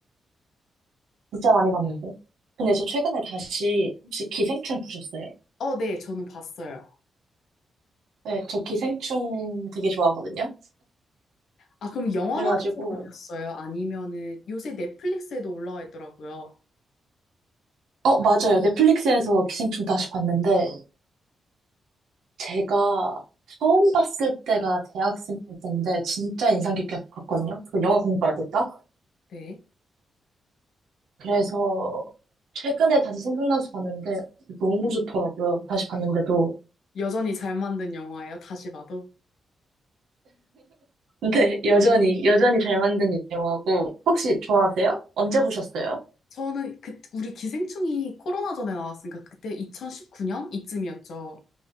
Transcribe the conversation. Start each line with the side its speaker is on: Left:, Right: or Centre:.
Right: 진짜 많이 봤는데. 근데 저 최근에 다시, 혹시 기생충 보셨어요?
Left: 어, 네, 저는 봤어요.
Right: 네, 저 기생충 되게 좋아하거든요.
Left: 아, 그럼 영화관에서
Right: 그래가지고,
Left: 보셨어요? 아니면은 요새 넷플릭스에도 올라와 있더라고요.
Right: 어, 맞아요. 넷플릭스에서 기생충 다시 봤는데, 제가 처음 봤을 때가 대학생 때인데, 진짜 인상 깊게 봤거든요. 그 영화 공부할 때 딱.
Left: 네.
Right: 그래서 최근에 다시 생각나서 봤는데 너무 좋더라고요. 다시 봤는데도.
Left: 여전히 잘 만든 영화예요, 다시 봐도.
Right: 근데 여전히, 여전히 잘 만든 영화고. 혹시 좋아하세요? 언제 보셨어요?
Left: 저는 그, 우리 기생충이 코로나 전에 나왔으니까 그때 2019년 이쯤이었죠.